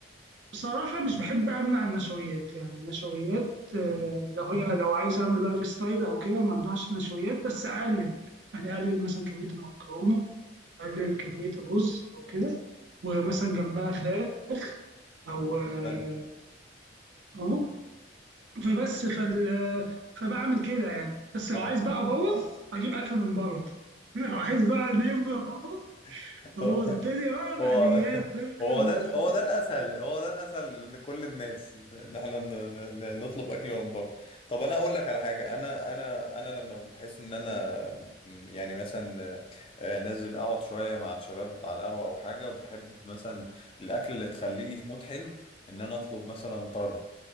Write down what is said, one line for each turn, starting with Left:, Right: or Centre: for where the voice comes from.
Right: بصراحة مش بحب أمنع النشويات يعني النشويات آه،
Left: مم.
Right: لو هي لو عايز أعمل لايف ستايل أو كده ما أمنعش النشويات بس أقلل يعني أقلل مثلا كمية المكرونة أقلل كمية الرز أو كده ومثلا
Left: مم.
Right: جنبها فراخ أو آه،
Left: حلو
Right: أهو فبس فال فبعمل كده يعني بس لو
Left: انا
Right: عايز بقى أبوظ أجيب أكل من بره طبعا <laughs> لو عايز بقى نبقى أبوظ
Left: <laughs>
Right: أبوظ الدنيا بقى
Left: هو
Right: مقليات
Left: <laughs>
Right: برجر
Left: هو ده ال- هو ده الاسهل هو ده الاسهل لكل الناس ان احنا ن- ن- ن- نطلب اكل من بره طب انا اقول لك على حاجه انا انا انا لما بحس ان انا م، يعني مثلا آه، نازل اقعد شويه مع الشباب على القهوه او حاجه وبحب مثلا الاكل اللي تخليني في مود حلو ان انا اطلب مثلا طرب